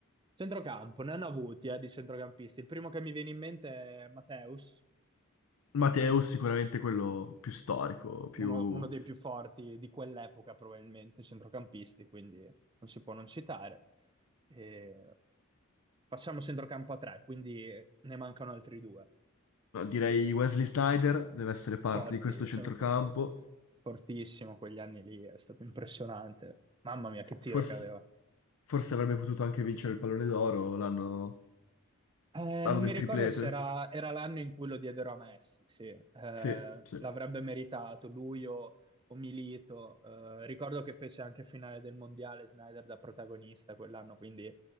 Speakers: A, on the right; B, on the left.
A: Centrocampo, ne hanno avuti eh, di centrocampisti. Il primo che mi viene in mente è Matteus,
B: Matteo
A: che è
B: sicuramente quello più storico, più...
A: uno, uno dei più forti di quell'epoca, probabilmente, centrocampisti, quindi non si può non citare. E, Facciamo centrocampo a tre, quindi ne mancano altri due.
B: no, direi Wesley Snyder deve essere parte
A: Forti,
B: di questo centrocampo.
A: sono forti. Fortissimo, quegli anni lì è stato impressionante. Mamma mia, che tiro
B: Forse,
A: che aveva.
B: forse avrebbe potuto anche vincere il pallone d'oro l'anno
A: Eh,
B: l'anno
A: non mi
B: del
A: ricordo
B: triplete.
A: se era, era l'anno in cui lo diedero a Messi, sì, Eh, l'avrebbe
B: Sì, sì.
A: meritato lui o, o Milito. Eh, ricordo che fece anche finale del mondiale Snyder da protagonista quell'anno, quindi